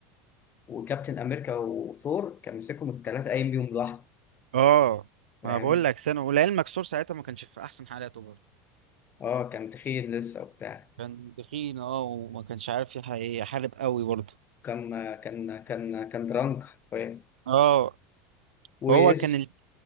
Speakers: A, on the left (about 35°); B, on the right (about 80°).
A: وكابتن امريكا وثور كان مسكهم الثلاثه قايم بيهم لوحده
B: اه
A: فاهم
B: ما بقول لك سانوس ولعلمك سور ساعتها ما كانش في احسن حالاته برضه
A: اه كان تخين لسه وبتاع
B: كان تخين اه وما كانش عارف يح- يحارب قوي برضه
A: وكان كان كان كان درانك فاهم
B: اه
A: وايش
B: فهو كان ال-